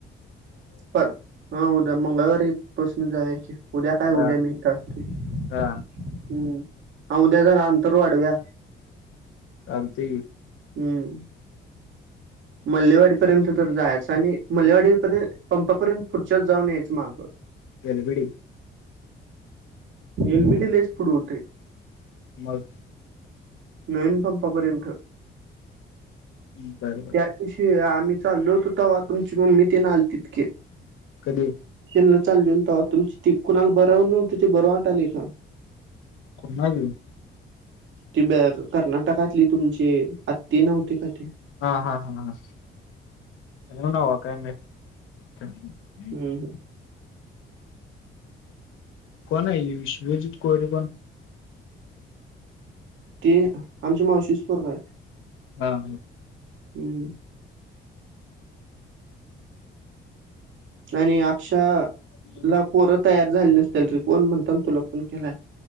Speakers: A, on the right; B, on the left.
A: पर हा उद्या मंगळवारी बसून जावे की उद्या काय उद्या
B: हा
A: मी तर असते हम्म
B: हा
A: उद्या जरा अंतर वाढव्या,
B: चालते की.
A: हम्म, मल्लेवाडीपर्यंत तर जायचं आणि मल्लेवाडीपर्यंत. पंपापर्यंत पुढच्यात जाऊन यायचं मागं.
B: एल बडी.
A: एलबीडी लेच पुढे होते.
B: मग,
A: नवीन पंपायर्यंत
B: ह् बरोबर,
A: त्या आम्ही चालो होतो तेव्हा तुमची मम्मी ते ना आल ते तके.
B: <unintelligible>
A: त्यांना चाललेल तवा तुमची ती कुणाला बराव नव्हती ते बरं वाटालेय का?
B: कोणावी
A: ती ब कर्नाटकातली तुमची आत्ती नव्हती का ती?
B: हा हा हा हा <inaudible> न वा काय <unintelligible>
A: हम् ह
B: कोण आये विश्वजित कोरे कोण?
A: ते आमच्या मावशीस परव आये,
B: हा हा.
A: हम्म आणि अक्षा
B: हम्म
A: ला पोर तयार झाले नसतील रिकवण म्हणता ना तुला खून केलाय